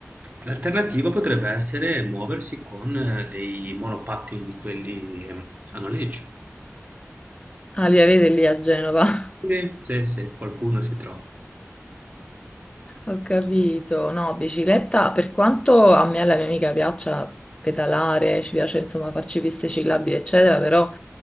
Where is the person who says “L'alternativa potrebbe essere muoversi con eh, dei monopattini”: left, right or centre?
Right